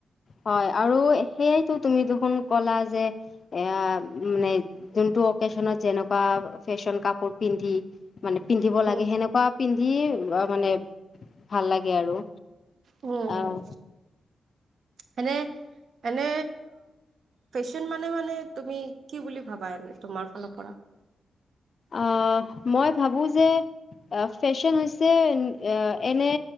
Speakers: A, on the left (about 35°); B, on the right (about 60°).
A: হয়, আৰু সেইটো তুমি দেখোন ক'লা যে এ মানে যোনটো অকেচনত যেনেকুৱা ফেশ্বন কাপোৰ পিন্ধি মানে পিন্ধিব
B: উম
A: লাগে সেনেকুৱা পিন্ধি মানে ভাল লাগে আৰু।
B: উম
A: অ'।
B: উম। মানে মানে ফেশ্বন মানে মানে তুমি কি বুলি ভাবা এনে তোমাৰ ফালৰ পৰা?
A: আহ মই ভাবো যে অ', ফেশ্বন হৈছে এ এনে